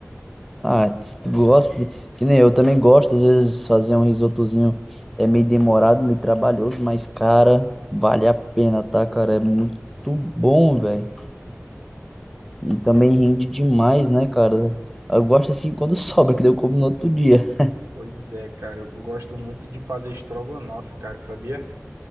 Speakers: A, in the centre; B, on the right.
A: Ah, se tu gosta, de- que nem eu também gosto, às vezes fazer um risotozinho é meio demorado, meio trabalhoso, mas, cara, vale a pena, tá, cara? É muito bom, velho. E também
B: É.
A: rende demais, né, cara? Eu gosto assim quando <laughs> sobra, que daí eu como no outro dia.
B: Pois é, cara, eu, eu gosto muito de fazer estrogonofe, cara, sabia?